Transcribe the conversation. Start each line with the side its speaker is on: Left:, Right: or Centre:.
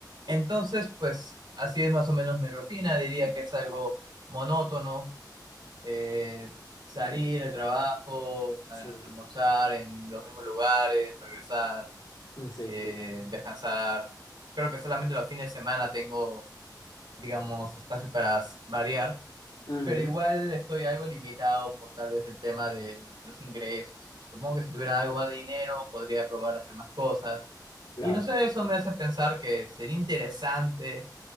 Right: Entonces, pues así es más o menos mi rutina. Diría que es algo monótono. eh, salir al trabajo, a-
Left: Sí,
Right: almorzar en los mismos lugares, regresar,
Left: mm, sí,
Right: eh,
Left: sí.
Right: descansar. Creo que solamente los fines de semana tengo, digamos, espacio para s- variar.
Left: Ujú,
Right: Pero igual estoy algo limitado por tal vez el tema de los ingresos. Supongo que si tuviera algo más de dinero podría probar a hacer más cosas.
Left: claro.
Right: Y no sé, eso me hace pensar que sería interesante